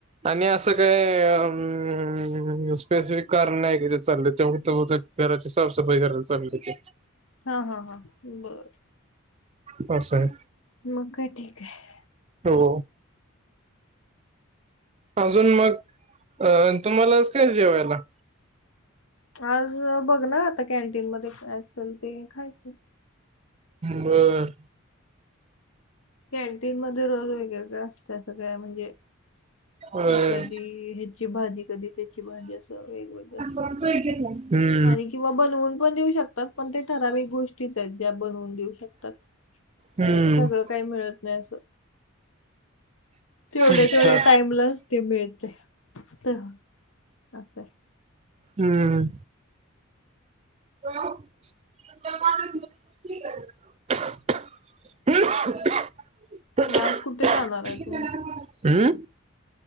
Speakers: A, on the right; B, on the left.
A: आणि असं काय, स्पेसिफिक कारण नाही की चाललं तेव त ब घराची साफसफाई कराय चाललूय त्याची
B: हा हा हा बर.
A: पाच सा य
B: मग काय ठीक हाय.
A: हो अजूंन मगं अं तुम्हांलाचं कायं जेवांयला
B: आंज बघं नां आंता कॅन्टीन मध्यें असेल ते खायचं
A: बरं
B: कॅन्टीन मध्यें रोल वगेरे गं असतं सगळ्यां म्हणजे
A: होय.
B: कधीं ह्यांची भाजी कधीं त्यांची भाजी असं वेगवेगळं
A: हम्मं
B: आणि किंवा बनवूंन पणं देऊं शकतांत पणं ते ठरांवीक गोष्टीचं आहेतं ज्यां बनवूंन देऊं शकतांत
A: हम्म.
B: सगळं कां मित नाहीं तेवढ्यां
A: अच्छा.
B: तेवढ्यां टाईमलां मितं हं
A: हम्मं करं हम्मं
B: मग आज कुठे जाणार आहे तुम्ही